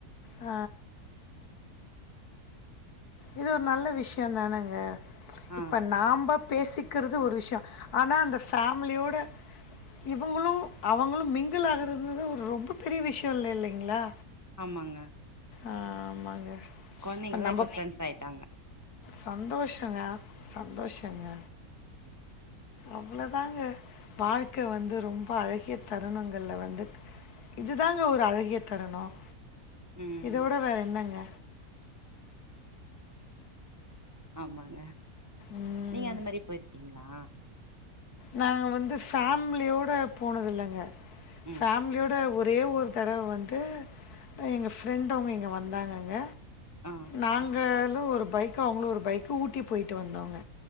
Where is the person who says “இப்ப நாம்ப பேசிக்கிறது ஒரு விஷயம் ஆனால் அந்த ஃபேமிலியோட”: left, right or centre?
Left